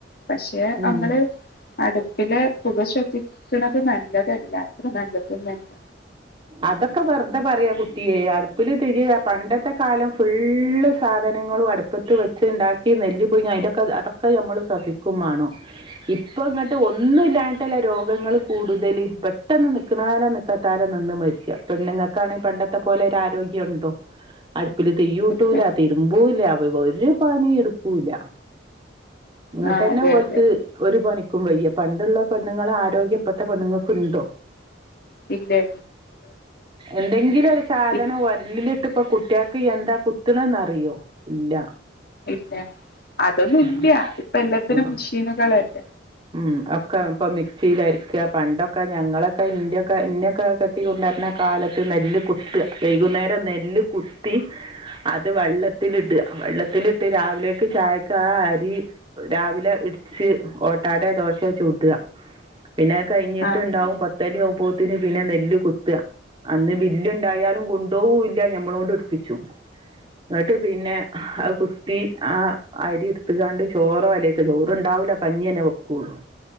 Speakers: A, on the left; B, on the right.
A: പഷെ
B: ഉം
A: അമ്മള് അടുപ്പിലെ പുക ശ്വസിക്ക്ണത് നല്ലതല്ല ത്ര നല്ലതൊന്നല്ല
B: അതൊക്കെ വെർതെ പറയാ കുട്ടിയേ അടുപ്പില് തിജ്ജ് പണ്ടത്തെ കാലം. ഫുള്ള് സാധനങ്ങളും അടുപ്പത്ത് വെച്ച്ണ്ടാക്കി നെല്ല് പുഴുങ്ങി അയിന്റൊക്കെ അതൊ ക്കെ ഞമ്മള് ശ്വസിക്കും വാണം ഇപ്പങ്ങട്ട് ഒന്നില്ലാഞ്ഞിട്ടല്ലെ രോഗങ്ങള് കൂടുതല് പെട്ടെന്ന് നിക്ക്ണാലെ നിക്കാ ത്താലെ നിന്ന് മരിച്ച പെണ്ണുങ്ങക്കാണെ പണ്ടത്തെ പോലെ ഒരു ആരോഗ്യണ്ടോ? അടുപ്പില് തിയ്യൂട്ടൂല
A: ഇല്ല
B: തിരുമ്പൂല്ല വ്-വ ഒരു പണിട്ക്കൂല്ല. ഇന്ന്ട്ടെന്നെ
A: ആ അതെ
B: ഓൽക്ക്
A: അതെ
B: ഒരു പണിക്കും വയ്യ പണ്ടുള്ള പെണ്ണുങ്ങളെ ആരോഗ്യപ്പത്തെ പെണ്ണുങ്ങക്ക്ണ്ടോ?
A: ഇല്ലെ
B: എന്തെങ്കിലൊരു. സാധനം
A: ഇ-
B: ഒരലിലിട്ട്പ്പം കുട്ട്യാക്ക് എന്താ കുത്ത്ണെന്നറിയോ ഇല്ല.
A: ഇല്ല അതൊന്നൂല്ല
B: ഉം
A: ഇപ്പെല്ലത്ത്നും
B: ഉം
A: മെഷീനുകളല്ലേ.
B: ഉം ഒക്കെ ഇപ്പൊ മിക്സിലരിക്ക പണ്ടൊക്കെ ഞങ്ങളൊക്കെ ഇന്റക്കെ ഇന്നെക്കെ കെ ട്ടി കൊണ്ടരണ കാലത്ത് നെല്ല് കുത്ത വൈകുന്നേരം നെല്ല് കുത്തി അത് വെള്ളത്തിലിട വെള്ളത്തിലിട്ട് രാവിലേക്ക് ചായക്ക് ആ അരി രാവിലെ ഇട്ച്ച് ഓട്ടാടയോ ദോശയോ ചുട പിന്നെ അഹ് കഴിഞ്ഞിട്ട്ണ്ടാവും
A: ആ ഉം.
B: പത്ത് ത്തണി ആവുമ്പോത്തിന് പിന്നെ നെല്ല് കുത്ത അന്ന് ബില്ല്ണ്ടായാലും കൊണ്ടോവൂല്ല ഞമ്മളോണ്ട്‌ട്പ്പിച്ചും. ന്നട്ട് പിന്നെ അഹ് കുത്തി ആ അരി ഇട്ത്ത്ങ്ങാണ്ട് ചോറോ അയ്ലക്ക് ചോറ്ണ്ടാവുല്ല. കഞ്ഞെന്നെ വെക്കുള്ളൂ